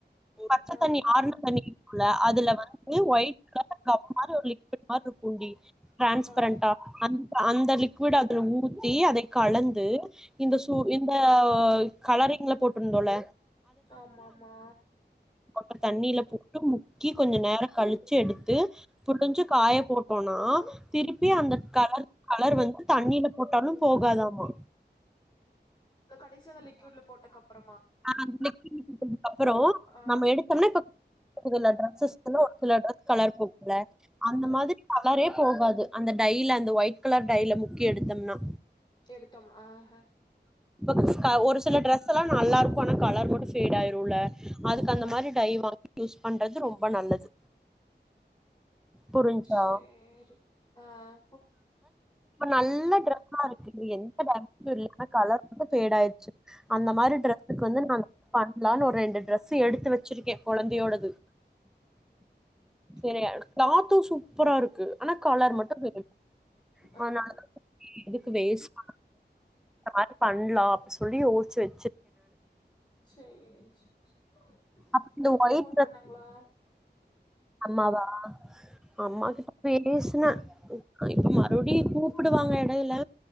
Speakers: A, in the centre; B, on the left.
A: பச்ச
B: ஆ
A: தண்ணி ஆறுன தண்ணி இருக்குல்ல அதுல வந்து ஒயிட்ல கம் மாரி ஒரு லிக்விட் மார்ருக்குன்டி ட்ரான்ஸ்பரண்டா
B: ஆ
A: அந்த லிக்விட் அதுல ஊத்தி அத கலந்து இந்த சு இந்த கலரி ங்கள போட்டுருந்தோல
B: ஆமாம்மா
A: கொட்ட தண்ணியில போ முக்கி கொஞ்ச நேரம் கழிச்சு எடுத்து புழிஞ்சு காய போட்டோம்னா திருப்பி அந்த கலர் கலர் வந்து தண்ணீல போட்டாலு போகாதாமா
B: கடைசிய் அந்த லிக்விட் போட்டகப்புற
A: ஹ் துப்புறம்
B: ஆ
A: நம்ம எடுத்தம்னா இப்ப டரெஸ் ஒரு சில டரெஸ் கலர் போக்கும்ல அந்த மாதிரி கலரே போகாது அந்த டையில அந்த ஒயிட் கலர் டையில முக்கி எடுத்தம்னா
B: எடுத்தம்னா ஆஹஹ
A: ப்ப ஒரு சில டிரெஸ் ல்லா நல்லா இருக்கு ஆனா கலர் மட்டும் பேட் ஆயிரும்ல அதுக்கு அந்த
B: ஆ
A: மாரி டை வாங்கி யூஸ் பண்றது ரொம்ப ரொம்ப நல்லது புரிஞ்சா
B: சேரி ஆஹ்
A: நல்ல டிரெஸ்சா இருக்கு டி எந்த கலர் வந்து பேட் ஆயிச்சு அந்த மாரி டிரெசுக்கு வந்து நான் ஒரு ரெண்டு டிரஸ்சு எடுத்து வெச்சிருக்க கெழந்தையோடது
B: <inaudible>
A: கிலாத்தும் சூப்பரா இருக்கு ஆனா கலர் மட்டும் பேட்
B: ஆஹ
A: ஆனால எதுக்கு வேஸ்ட்டு பண்ணனு பண்ணலா அப்பி சொல்லி யேசிச்சு வெச்சு
B: சேரி சேரி
A: அப்ப இந்த
B: அம்மா
A: ஒயிட்
B: ஃபோன்
A: ட்ரெஸ்
B: பண்ணாங்ளா
A: அம்மாவா அம்மாக்கிட்ட பேஸ்ன இப்ப மறுவ்டியு கூப்டுவாங்க எடைய்ல